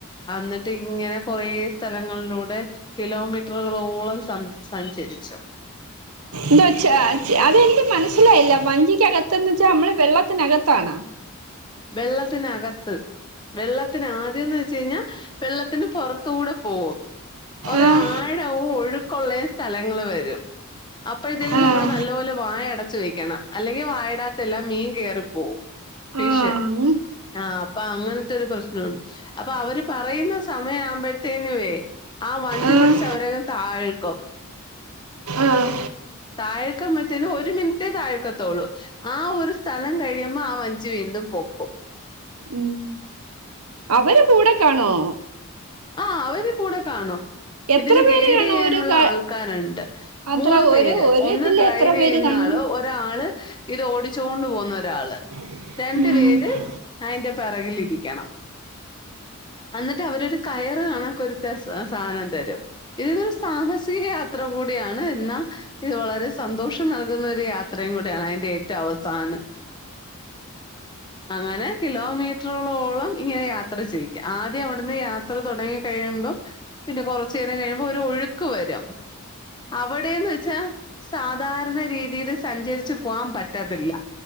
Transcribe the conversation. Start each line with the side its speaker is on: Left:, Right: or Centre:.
Left: അന്ന്ട്ട് ഇങ്ങനെ കൊറേ സ്ഥലങ്ങൾലൂടെ കിലോമീറ്ററ്കളോളം സംസാരിചരിച്ചു
Right: എന്ത് വച്ച അതെനിക്ക് മനസ്സിലായില്ല വഞ്ചിക്കകത്ത്ന്ന് വെച്ച നമ്മള് വെള്ളത്തിനകത്താണൊ
Left: വെള്ളത്തിനകത്ത് വെള്ളത്തിന് ആദ്യംന്ന് വെച്ച് കഴ്ഞ്ഞ വെള്ളത്തിന് പൊറത്ത് കൂടെ പോകും ഒരാഴവും
Right: ആഹ്
Left: ഒഴുക്കുള്ളേം സ്ഥലങ്ങള് വരും അപ്പഴത്തിന്
Right: ആഹ്
Left: നമ്മള് നല്ലപോലെ വായ അടച്ച് വെയ്ക്കണം അല്ലെങ്കി വായടാത്തെല്ലാം മീൻ കേറിപ്പോവും ഫിഷ്
Right: ആഹ്
Left: ആഹ് അപ്പൊ അങ്ങനത്തെ ഒരു പ്രശ്നാണ് അപ്പ അവര് പറയുന്ന സമയം ആവുമ്പത്തേനു ആ വഞ്ചി
Right: ആഹ്
Left: പിടിച്ച് അവരെ താഴ്ക്കും
Right: ആഹ്
Left: താഴ്ക്കുമ്പത്തിനും ഒരു മിൻറ്റേ താഴ്ക്കത്തൊള്ളു ആ ഒരു സ്ഥലം കഴിയുമ്പൊ ആഹ് വ ച്ചി വീണ്ടും പൊക്കും
Right: ഉം അവര് കൂട കാണോ
Left: ആഹ അവര് കൂട കാണും
Right: എത്ര
Left: ഇതിന്
Right: പേര്
Left: ഗൈഡീയ്യാനുള്ള
Right: കാണും ഒരു ക
Left: ആൾക്കാര്ണ്ട്
Right: അത്ര
Left: മൂന്ന് പേര്
Right: ഒരു ഒരു
Left: ഒന്ന്
Right: ഇതില്
Left: ഡ്രൈവിയ്യ്ന്ന
Right: എത്ര പേര് കാണും
Left: ആള് ഒ ഒരാള് ഇത് ഓടിച്ചോണ്ട് പോവ്ന്ന ഒരാള്
Right: ഉം
Left: രണ്ടു പേര് അയിന്റെ പെറകിലിരിയ്ക്കണം അന്നിട്ട് അവരൊരു കയറ് കണക്കൊരുത ആഹ് സാനം തരും ഇതൊരു സാഹസിക യാത്ര കൂടിയാണ് ഇന്ന ഇത് വളരെ സന്തോഷം നൽക്ന്ന ഒരു യാത്രിം കുടിയാണ് അയിൻ്റെ ഏറ്റൊ അവസാനം അങ്ങനെ കിലോമീറ്റുകളോളം അങ്ങനെ കിലോ മീറ്റ്രകളോളം യാത്ര ചെയ്യിക്ക ആദ്യം അവിടുന്ന് യാത്ര തുടങ്ങി കഴിയുമ്പൊ പിന്നെ കൊറ്ച്ചേരം കഴിയുമ്പം ഒരു ഒഴുക്ക് വരും അവിടേന്ന് വെച്ച സാധാര്ണ രീതീല് സഞ്ചരിച്ചു പോവാൻ പറ്റത്തില്ല